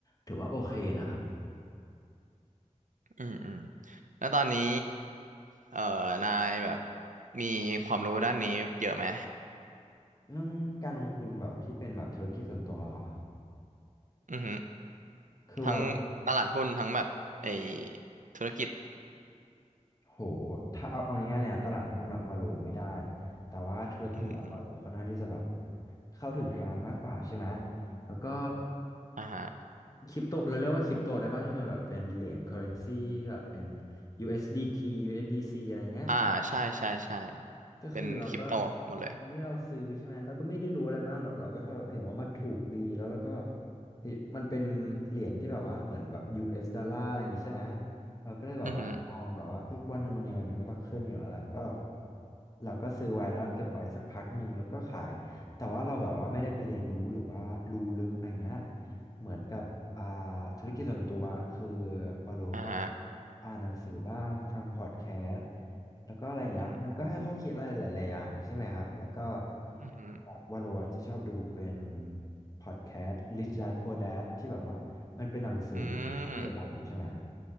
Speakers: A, on the left; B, on the right.
A: ถือว่าโอเคนะครับ
B: อืมอืมแล้วตอนนี้เอ่อนายแบบมีความรู้ด้านนี้เยอะไหม
A: เรื่องการลงทุนแบบที่เป็นแบบธุรกิจส่วนตัวเหรอ
B: อือหือ
A: คือว่า
B: ทั้งตลาดหุ้นทั้งแบบไอธุรกิจ
A: โห ถ้าเอาเอาง่ายๆเลยนะตลาดหุ้นอะวาโลไม่ได้ แต่ว่าธุรกิจอะวาโลค่อนข้างที่จะแบบ
B: อืม
A: เข้าถึงทางนั้นมากกว่าใช่ไหม แล้วก็
B: อ่าฮะ
A: คริปโตเราเรียกว่าคริปโตได้ป่ะที่มันแบบเป็นเหรียญ currency ที่แบบเป็น USDT USDC อสดีทียูเอสดีซีอะไรเงี้ย
B: อ่า ใช่ ใช่ ใช่
A: ก็คือเราก็
B: เป็นคริปโตหมดเลย
A: ตอนนี้เราซื้อใช่ไหมเราก็ไม่ได้รู้อะไรมากหรอกเราก็แค่เห็นว่ามันถูกดีแล้วเราก็แบบเฮ้ยมันเป็นเหรียญที่แบบว่าเหมือนแบบ US ดอลลาร์อะไรอย่างงี้ใช่ไหมเราก็เลยแบบว่ามองแบบว่าเอ้ยวันหนึ่งมันยังไงมันก็ต้องขึ้นอยู่แล้วแหละก็แบบ
B: อือหือ
A: เราก็ซื้อไว้แล้วเก็บไว้สักพักหนึ่งแล้วก็ขายแต่ว่าเราแบบว่าไม่ได้ไปเรียนรู้หรือว่ารู้ลึกอะไรเงี้ยเหมือนกับอ่าธุรกิจส่วนตัวคือวาโลก็
B: อ่าฮะ
A: อ่านหนังสือบ้างฟังพอดแคสต์ แล้วก็อะไรเงี้ยมันก็ให้ข้อคิดอะไรหลายๆอย่างใช่ไหมครับแล้วก็
B: อืมอือหือ
A: แบบว่าโรอจะชอบดูเป็นพอดแคสต์ Rich Dad Poor Dad ที่แบบว่ามันเป็นหนังสือที่ที่จะดังใช่ไหมครับ
B: อืม